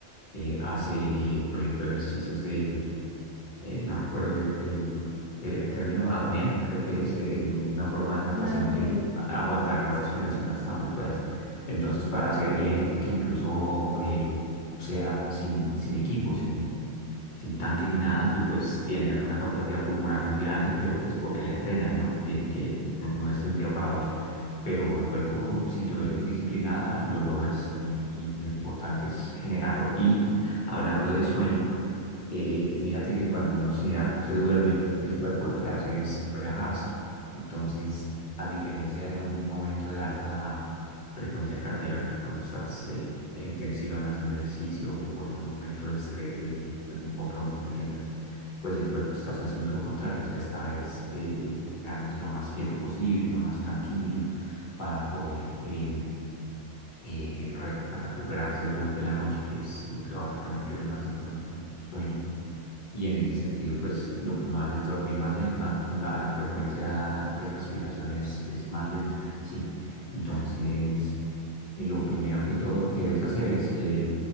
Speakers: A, on the left (about 45°); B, on the left (about 75°).
A: eh, hace, por ejemplo, ejercicios de eh, no recuerdo el, el- el término apnea, creo que es eh, una forma de natación
B: Ah, ok.
A: que es a- aguantar la respiración hasta donde puedas. Entonces, para hacer, y hay gente que incluso eh, bucea sin, sin equipo, sin, sin tanque ni nada, y pues tienen una capacidad pulmonar muy grande, pero pues porque la entrenan, ¿no? Tienen que, no, no es de un día para otro. Pero el cuerpo, si tú
B: Ok.
A: eres disciplinada, lo logras y, y lo importante es generarlo. Y hablando de sueño, eh, fíjate que cuando uno se, da- se duerme, el cuerpo lo que hace es relajarse. Entonces, a diferencia de un momento de alta frecuencia cardíaca, cuando estás eh, en tensión haciendo ejercicio o en un momento de estrés de algún compromiso que tengas, pues el cuerpo estás haciendo lo contrario, o sea, estás eh, quedándose lo más quieto posible, lo más tranquilo, para poder em, eh, re- recuperarse durante la noche, que es lo que básicamente es la sensación del sueño y en ese sentido, pues lo que uno hace es dormir más, le- más con la, la frecuencia de respiración es, es más lenta, ¿sí? Entonces, y lo primero que todo que debes hacer es que